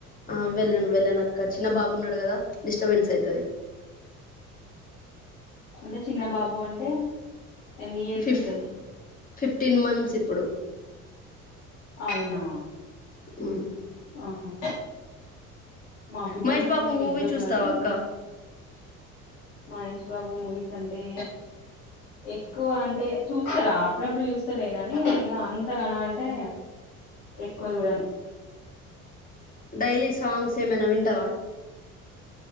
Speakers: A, on the left (about 20°); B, on the left (about 65°).
A: ఆ వెళ్ళను వెళ్ళను అక్క చిన్న బాబు ఉన్నడు గదా డిస్టర్బెన్స్ అయితది
B: అంటె చిన్న బాబు అంటే ఎన్ని ఇయర్స్
A: ఫిఫ్
B: ఉంటాయి
A: ఫిఫ్టీన్ మంత్స్ ఇప్పుడు
B: అవునా
A: మ్
B: ఆహా మా పిల్లలు
A: మహేష్
B: ఉన్నరులే
A: బాబు
B: పెద్దోళ్ళు
A: మూవీ చూస్తావా
B: కానీ
A: అక్క
B: మహేష్ బాబు మూవీసంటే ఎక్కువ అంటే చూస్తరా అప్పుడప్పుడు చూస్తలే కానీ ఇగ అంతగనం అంటే ఎక్కువ చూడను
A: డైలీ సాంగ్స్ ఏమైనా వింటావా